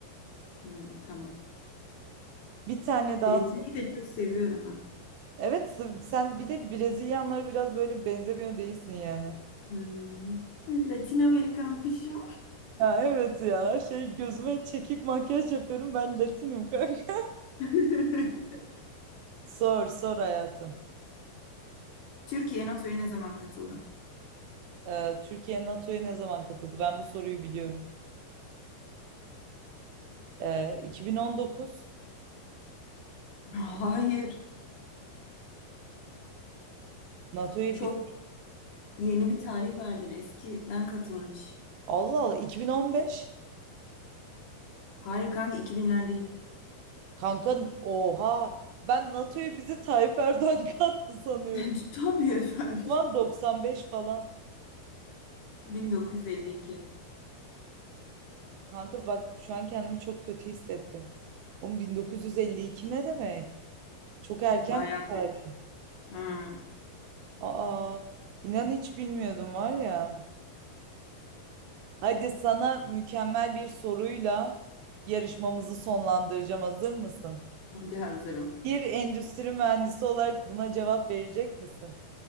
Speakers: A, on the left (about 65°); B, on the right (about 80°).
A: Hmm, tamam.
B: Bir tane daha.
A: Brezilya'yı da çok seviyorum
B: Evet s- sen bir de Brezilyanlara biraz böyle benzemiyor değilsin yani.
A: Hmm. Latin Amerikan kuşu.
B: Ya evet ya şey gözüme çekik makyaj yapıyorum ben Latinim kanka.
A: <laughs>
B: <laughs> Sor sor hayatım.
A: Türkiye NATO'ya ne zaman katıldı?
B: Ee, Türkiye NATO'ya ne zaman katıldı? Ben bu soruyu biliyorum. Ee, 2019
A: Hayır.
B: NATO'ya
A: Çok
B: bir...
A: yeni bir tarih verdin. Eskiden katılmış.
B: Allah Allah 2015
A: Hayır kanka 2000'ler değil.
B: Kanka oha ben NATO'ya bizi Tayyip Erdoğan <laughs> kattı sanıyorum.
A: <laughs> Tabii efendim.
B: O zaman 95 falan.
A: 1952.
B: Kanka bak şu an kendimi çok kötü hissettim. Oğlum 1952 ne demek? Çok erken
A: Bayağı
B: bir tarih.
A: geç. Hmm.
B: Aa inan hiç bilmiyordum var ya. Hadi sana mükemmel bir soruyla yarışmamızı sonlandıracağım. Hazır mısın?
A: Hadi hazırım.
B: Bir endüstri mühendisi olarak buna cevap verecek misin?